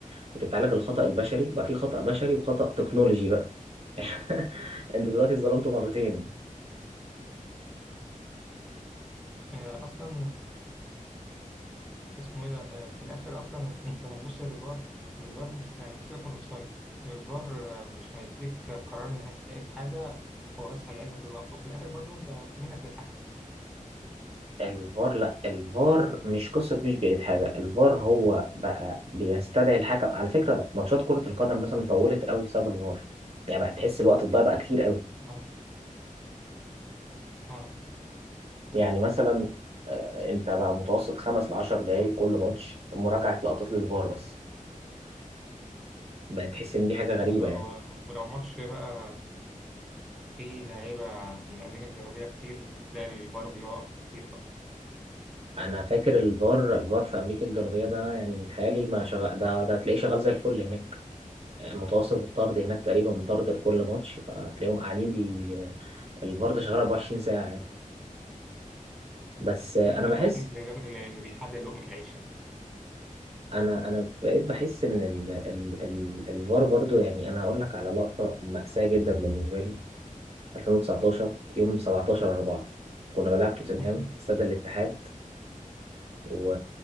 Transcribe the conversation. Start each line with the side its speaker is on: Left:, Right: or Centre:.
Right: كنت بتعالج الخطأ البشري بقى في خطأ بشري وخطأ تكنولوجي بقى <laughs> انت دلوقتي اتظلمت مرتين
Centre: آه، اصلا اسمه ايه ده آه، في الاخر اصلا انت لما تبص للفار الفار مش يعني سيبك من الاوفسايد الفار آه، مش هيديك قرار نهائي في حاجه هو بس هيعيد لك اللقطه وفي الاخر برضو انت منك للحكم
Right: فالفار لا الفار مش قصة مش بقيت حاجة الفار هو بقى بيستدعي الحكم على فكرة ماتشات كرة القدم مثلا طولت قوي بسبب الفار يعني بقى تحس الوقت الضايع بقى كتير قوي
Centre: اه اه
Right: يعني مثلا آه، انت بقى متوسط خمس لعشر دقايق كل ماتش مراجعة لقطات للفار بس بقى تحس ان دي حاجة غريبة
Centre: ولو
Right: يعني
Centre: ولو ماتش بقى فيه لعيبه من امريكا الجنوبيه كتير تلاقي الفار بيقف كتير بقى
Right: انا فاكر الفار الفار في امريكا الجنوبية ده يعني متهيألي ما شغال ده ده هتلاقيه شغال زي الفل هناك آه، متوسط الطرد هناك تقريبا مطرد لكل ماتش فهتلاقيهم قاعدين بي الفار ده شغال 24 ساعة يعني بس آه،
Centre: آه،
Right: انا بحس
Centre: الوحيد اللي بي- اللي بيحلل لقمه العيش يعني
Right: انا انا بقيت بحس ان ال ال ال الفار برضو يعني انا هقول لك على لقطة مأساة جدا بالنسبة لي 2019 يوم 17 4 كنا بنلعب توتنهام
Centre: <laughs>
Right: في استاد الاتحاد و...